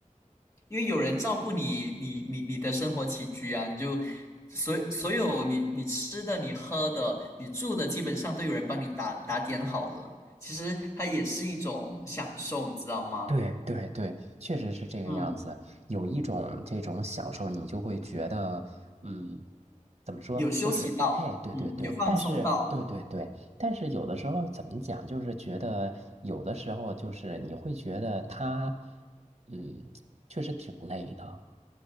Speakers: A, on the left; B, on the right.
A: 因为有人照顾你，你你你的生活起居啊，你就所所有你你吃的、你喝的、你住的，基本上都有人帮你打打点好了。其实它也是一种享受，你知道吗？
B: 对对对，确实是这个样子。
A: 嗯，
B: 有一种这种享受，你就会觉得，嗯，怎么说，
A: 有休息到，
B: 就是，哎，对对对，
A: 嗯，有放松到。
B: 但是，对对对，但是有的时候怎么讲，就是觉得有的时候就是你会觉得他，嗯，确实挺累的。